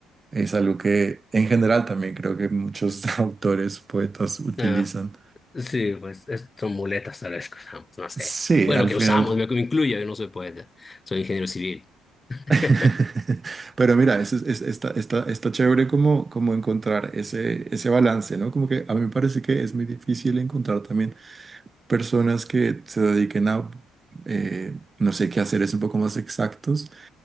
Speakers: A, on the right; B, on the left.
A: es algo que en general también creo que muchos <laughs> autores, poetas utilizan.
B: Ajá. Sí, pues es- son muletas tal vez que usamos, no sé.
A: Sí,
B: Bueno,
A: al
B: que
A: final.
B: usamos, me me incluyo, yo no soy poeta, soy ingeniero civil. <laughs>
A: <laughs> Pero mira, es, es- es- está, está- está chévere como, como encontrar ese, ese balance, ¿no? Como que a mí me parece que es muy difícil encontrar también personas que se dediquen a, eh, no sé, qué hacer es un poco más exactos